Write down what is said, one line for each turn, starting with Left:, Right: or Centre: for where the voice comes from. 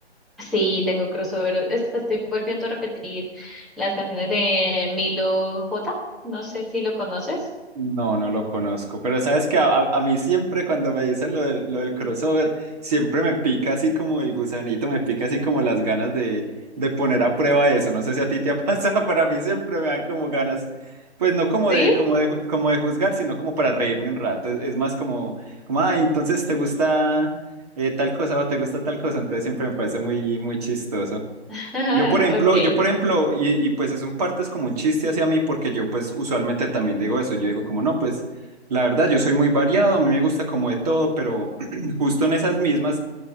Centre: Sí, tengo crossover. Esta estoy volviendo a repetir las canciones de Milo J. No sé si lo conoces.
Right: No, no lo conozco. Pero sabes que a, a- a mí siempre cuando me dicen lo, del lo del crossover, siempre me pica así como el gusanito, me pica así como las ganas de, de poner a prueba eso. No sé si a ti te ha <laughs> pasado, para mí siempre me dan como ganas, pues no como
Centre: ¿Sí?
Right: de, como de, ju- como de juzgar, sino como para reírme un rato. Es, es más como, como, ay, entonces te gusta eh, tal cosa o te gusta tal cosa. Entonces siempre me parece muy, muy chistoso.
Centre: <laughs>
Right: Yo, por ejemplo,
Centre: Ok.
Right: yo, por ejemplo, y, y pues eso en parte es como un chiste hacia mí, porque yo pues usualmente también digo eso, yo digo como no, pues la verdad yo soy muy variado, a mí me gusta como de todo, pero <clears throat> justo en esas mismas